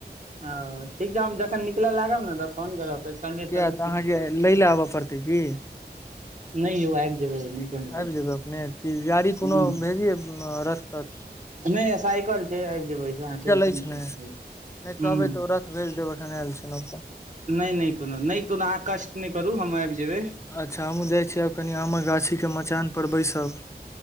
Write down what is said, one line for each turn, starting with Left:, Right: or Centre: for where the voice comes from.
Right: हँ, ठीक छै। हम जखन निकलऽ लागब ने, तऽ फोन करब। तऽ संघे
Left: किया
Right: चल
Left: तऽ
Right: छै,
Left: अहाँके लै लए आबय पड़तै की
Right: नहि यौ, आब जेबै। कोनो
Left: आबि
Right: दिक्कत
Left: जेबै अपने, कि गाड़ी कोनो
Right: हूं
Left: भेजिए रस्ता?
Right: नहि, साइकल छै, आबि जेबै, अहाँ टेंशन
Left: अछि
Right: नहि
Left: ने
Right: लिअ।
Left: नहि
Right: हूं
Left: कहबै तऽ ओ तुरन्त भेजि देत, एखन आयल छलहुँ।
Right: नहि नहि, कोनो नहि, कोनो, अहाँ कष्ट नहि करू, हम आबि जेबै।
Left: अच्छा, हमहूँ जाइ छियै, आ कनि आमक गाछी। के मचान पर बैसब